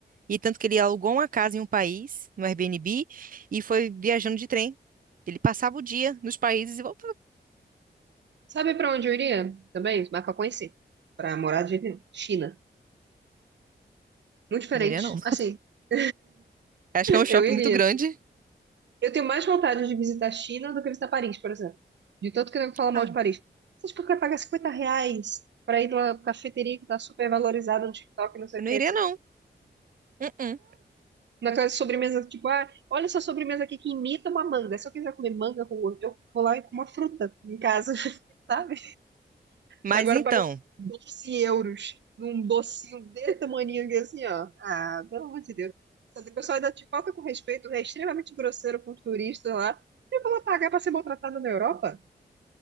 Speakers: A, on the right; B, on the right.
A: E tanto que ele alugou uma casa em um país, no Airbnb, e foi viajando de trem. Ele passava o dia nos países e voltava.
B: Sabe pra onde eu iria também? Mas pra conhecer. Pra morar de jeito nenhum. China. Muito diferente.
A: Não iria, não. <laughs>
B: Assim, <laughs>
A: Acho que é um choque
B: eu iria.
A: muito grande.
B: assim. Eu tenho mais vontade de visitar a China do que visitar Paris, por exemplo. De tanto que eu fala mal
A: Ah,
B: de Paris. Você acha que eu quero pagar 50 reais pra ir numa cafeteria que tá super valorizada no TikTok, não sei
A: eu
B: o que,
A: não iria,
B: não sei
A: não.
B: o que.
A: Uh-uh.
B: Naquela sobremesa, tipo, ah, olha essa sobremesa aqui que imita uma manga. Se eu quiser comer manga, eu eu vou lá e como uma fruta em casa, <laughs> sabe?
A: Mas
B: Agora
A: então.
B: pagar 12 euros num docinho desse tamaninho aqui, assim, ó. Ah, pelo amor de Deus. O pessoal ainda te falta com respeito, é extremamente grosseiro com os turistas lá. Eu vou lá pagar pra ser maltratado na Europa?